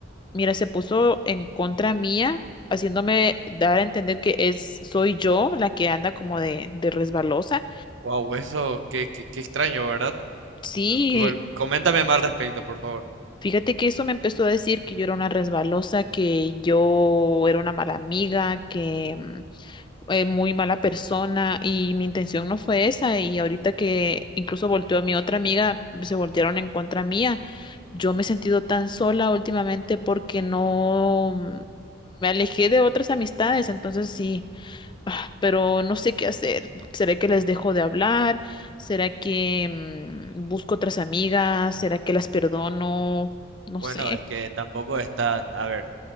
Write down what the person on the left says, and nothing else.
mira, se puso en contra mía, haciéndome dar a entender que es, soy yo la que anda como de, de resbalosa.
Sí.
Fíjate que eso me empezó a decir que yo era una resbalosa, que yo era una mala amiga, que mm, eh, muy mala persona y mi intención no fue esa y ahorita que incluso volteó a mi otra amiga, se voltearon en contra mía. Yo me he sentido tan sola últimamente porque no mm, me alejé de otras amistades, entonces sí ah, pero no sé qué hacer. ¿Será que les dejo de hablar? ¿Será que mm, busco otras amigas? ¿Será que las perdono? No
sé.